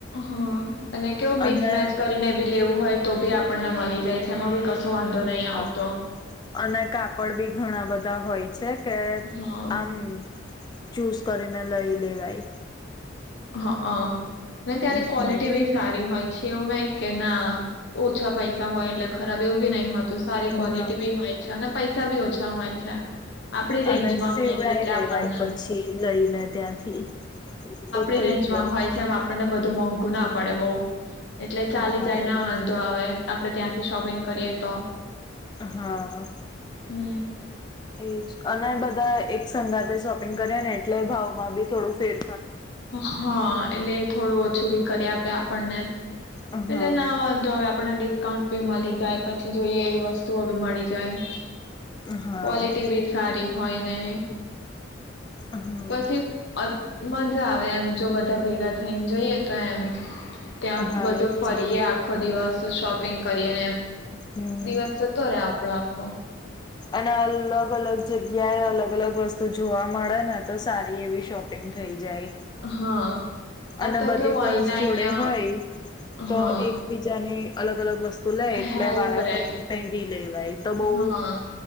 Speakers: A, on the left (about 60°); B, on the left (about 20°).
A: હ અને કેવું મિક્સમેચ
B: અને
A: કરીને બી લેવું હોય તો બી આપણને મળી જાય છે એમાં બી કશો વાંધો નહીં
B: હા
A: આવતો
B: અને કાપડ બી ઘણા બધા હોય છે. કે
A: હા
B: આમ ચૂઝ કરીને લઈ લેવાય
A: હા ત્યાંની
B: હા
A: ક્વોલિટી બી સારી હોય છ એવું નઈ કે ના ઓછા પૈસા હોય એટલે ખરાબ એવું બી નહી હોત તો સારી ક્વોલિટી
B: હા
A: બી હોય છે. પૈસા બી ઓછા હોય છે. આપડી
B: અને
A: રેન્જમાં
B: સેવડાય
A: હોય છે એટલે
B: લેવાય
A: આપણને
B: પછી લઈને ત્યાંથી થઈ
A: રેજમાં
B: જાય.
A: હોય છે એમ આપણને બધું મોંઘું ના આપ પડે બહુ એટલે
B: હા
A: ચાલી જાય
B: એ
A: ના વાંધો
B: જ.
A: આવે એમ આપડણે ત્યાંથી શોપિંગ કરીએ તો
B: હા
A: હમ
B: એજ અને બધા એક સંગાતે શોપિંગ કર્યા ને એટલે ભાવમાં બી થોડું ફેર
A: હા એટલે થોડું ઓછું બી કરી આપ્યા આપણને.
B: હા
A: પેલે ના વાંધો હવે આપને ડિસ્કાઉન્ટ ભી મળી જાય પછી જોઈએ એવી વસ્તુઓ બી મળી જાય.
B: હા
A: ક્વલિટી ભી સારી હોયને
B: હા
A: પછી મજા આવે એમ જો બધા ભેગા થઈને જોઈએ તો એમ. ત્યાં
B: હા
A: બધું
B: એ
A: ફરીએ
B: જ ને
A: આખો દિવસ શોપિંગ કરીએ
B: હમ.
A: દિવસ જતો ર આપ રાખો.
B: અને અલગ અલગ જગ્યાએ અલગ અલગ વસ્તુ જોવા મળે ને તો સારી એવી શોપિંગ થઈ જાય.
A: હા. આ
B: અને
A: તો
B: બધી
A: કેવું
B: ગર્લ્સ
A: અહીને
B: જોડે
A: અહિયાં
B: હોય, તો
A: હા
B: એકબીજા અને અલગ અલગ વસ્તુ તુ લે એટલે
A: હેલ્પ
B: વારા
A: રે
B: ફરતી પહેરી લેવાય તો બઉ
A: હા